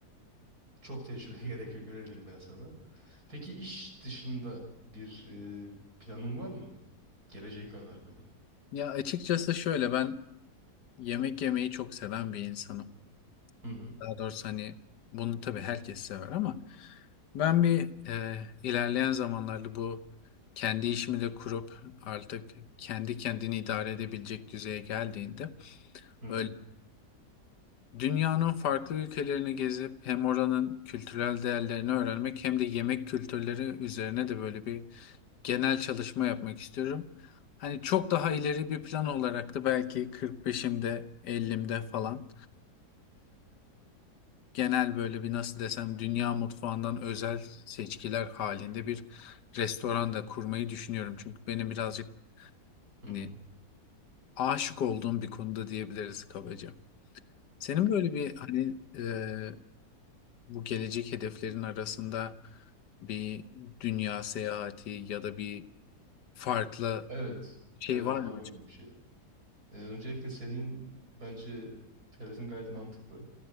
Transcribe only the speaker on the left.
Ya açıkçası şöyle ben yemek yemeyi çok seven bir insanım.
Daha doğrusu hani bunu tabii herkes sever ama ben bir e, ilerleyen zamanlarda bu kendi işimi de kurup artık kendi kendini idare edebilecek düzeye geldiğinde
böyle
dünyanın farklı ülkelerini gezip hem oranın kültürel değerlerini öğrenmek hem de yemek kültürleri üzerine de böyle bir genel çalışma yapmak istiyorum. Hani çok daha ileri bir plan olarak da belki 45'imde 50'imde falan genel böyle bir nasıl desem dünya mutfağından özel seçkiler halinde bir restoran da kurmayı düşünüyorum. Çünkü benim birazcık
hani
aşık olduğum bir konuda diyebiliriz kabaca. Senin böyle bir hani e, bu gelecek hedeflerin arasında bir dünya seyahati ya da bir farklı
şey
var mı
acaba?